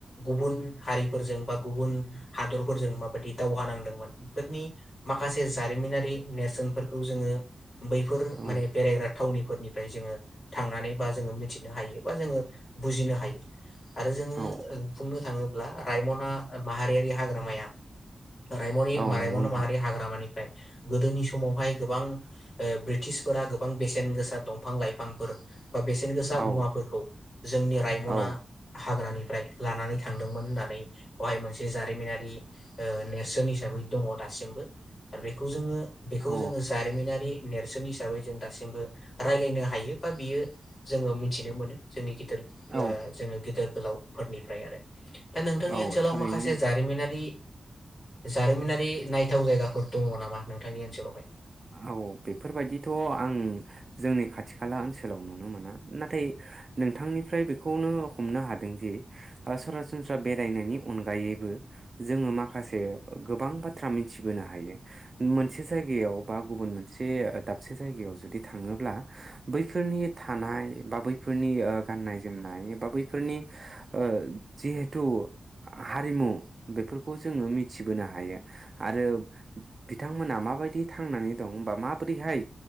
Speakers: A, on the left; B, on the right.
A: गुबुन हारिफोरजों बा गुबुन हादरफोरजों माबायदि दावहा नांदोंमोन फोरनि माखासे जारिमिनारि नेेरसोनफोरखौ जोङो बैफोर
B: औ
A: माने बेरायग्रा थावनिफोर निफ्राय जोङो थांनानै बा जोङो मिथिनो हायो बा जोङो बुजिनो हायो आरो जोङो
B: औ
A: बुंनो थाङोब्ला ब्ला रायमना माहारियारि हाग्रामाया रायमनि
B: औ
A: रायमना
B: नंगौ नोंथां
A: माहारि हाग्रामानि फ्राय गोदोनि समावहाय गोबां ओ ब्रिटिशफोरा गोबां बेसेन गोसा दंफां लाइफांफोर बा बेसेन गोसा
B: औ
A: मुवाफोर जोंनि रायमना
B: औ
A: हाग्रानि फ्राय लानानै थांदोंमोन होननानै बेवहाय मोनसे जारिमिनारि ओ नेर सोन हिसाबै दङ दासिमबो आरो बेखौ जोङो बेखौ
B: औ
A: जोङो जारिमिनारि नेरसोन हिसाबै जों दासिमबो रायलायनो हायो बा बियो जोङो मिथिनो मोनो। जोंनिखि जोङो
B: औ
A: गेदेर गोलावफोरनि फ्राय आरो दा नोंथांनि
B: औ
A: ओनसोलाव
B: थारैनो
A: माखासे
B: नोंगौ
A: जारिमिनारि जारिमिनारि नायथाव जायगाफोर दङ नामा नोंथांनि ओनसोलावहाय?
B: औ बेफोरबायदिथ' आं जोंनि खाथि खाला ओनसोलाव नुनो मोना। नाथाय नोंथांनिफ्राय बेखौनो हमनो हादों जे सरासनस्रा बेरायनायनि अनगायैबो जोङो माखासे गोबां बाथ्रा मिथिबोनो हायो। मोनसे जायगायाव बा गुबुन मोनसे दाबसे जायगायाव जुदि थाङोब्ला बैफोरनि थानाय बा बैफोरनि गाननाय जोमनाय बा बैफोरनि ओ जिहेथु हारिमु बेफोरखौ जोङो मिथिबोनो हायो आरो बिथांमोना माबायदि थांनानै दं बा माबोरैहाय